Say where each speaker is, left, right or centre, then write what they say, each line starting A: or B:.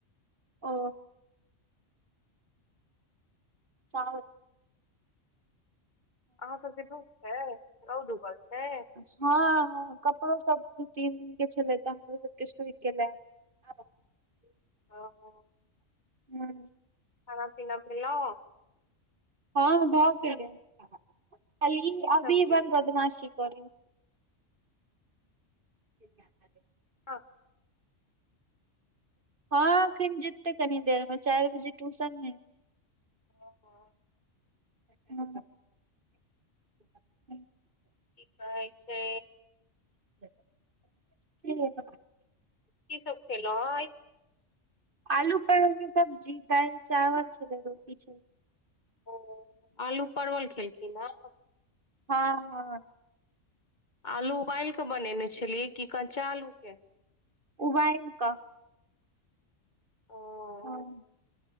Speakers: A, on the right (about 45°); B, on the left (about 40°).
A: ओ चा
B: अहाँ सबके धूप छै रौद उगल छै
A: हॅं हँ कपड़ो सब दू तीन दिन के छेलय ने ऊ सबके सुइख गेलय आब <inaudible>
B: हँ
A: हा
B: खाना पीना भेलौ
A: हँ भऽ गेलै खाली
B: की सब
A: अभी
B: केलौं
A: बड़ बदमाशी करैय <inaudible>
B: हँ
A: हँ एखन जेतै कनी देर मे चाइर बजे टूसन
B: ओ
A: त <unintelligible> <inaudible>
B: ई कहै छै
A: <unintelligible>
B: की सब खेलौ हऽ आय
A: आलू परोर के सब्जी दाइल चावल छलै रोटी छलै
B: ओ आलू परवल खेलखिन ह
A: हँ हँ
B: आलू उबैल कऽ बनेने छलियै की कच्चा आलू के
A: उबैल कऽ
B: ओऽ
A: हँ